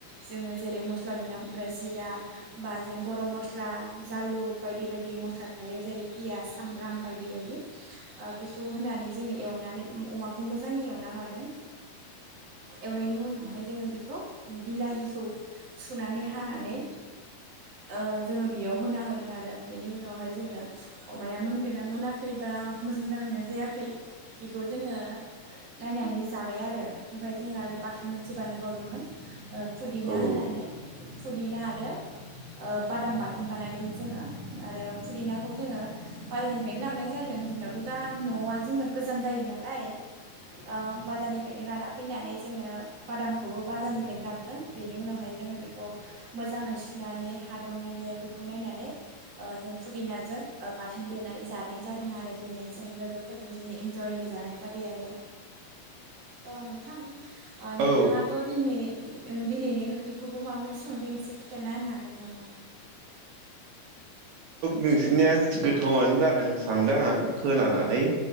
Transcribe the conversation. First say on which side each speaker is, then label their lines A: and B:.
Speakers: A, on the right; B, on the right.
A: जोङो जेरै मस्लानि नामफोरा जिरा बा जों गरम मस्ला जालुख बायदि बायदि। बिदि मस्ला थायो जेरै पियास सामब्राम बायदि बायदि ओ- बेखौ होनानै जोङो एवनानै अमाखौ मोजाङै एवना लादों एवनायनि उनावहाय जोङो बेखौ बिलाहिखौ सुनानै हानानै ओ-जोङो बेयाव होना होदों आरो। बेनि उनावहाय जोङो अमाया मोनगोन ना मोनाखै बा मोजां जागोना जायाखै बेखौ जोङो नायनानै जाबाय आरो ओमफाय जोङ आरो बाथोन मोनसे बानायबावदोंमोन। फुदिना
B: औ
A: होनानै। फुदिना आरो बादाम ओ-बाथोन बानायदोंमोन जोङो। आरो फुदिनाखौ जोङो बाजारनिफ्रायनो लाबोनाय जादों जोंनायावथ' दा न'आ जोंनो गोजान जायो नालाय ओ-बाजारनिफ्रायनो लाना फैनानै जोङो बादामखौबो बाजारनिफ्रायनो लाबोदों बेनि उनावहाय जोङो बेखौ मोजाङै सुनानै हा दंना गैया बेखौ नायनानै। ओ जों फुदिनाजों ओ-बाथोन देनानै जानाय जादों आरो दिनै जों लोगोफोरजों दिनै इन्जयनो जानाय जाबाय आरो ओ नोंथां। ओ-नोंथाङाथ'
B: औ
A: दिनै। दिनैनि ओंख्रिखौबो माबायदि संदों एसे खिनथाना होनो हागोन नामा?
B: नोंसिरनिया गोथावनो जादों सानदों आं खोनानानै।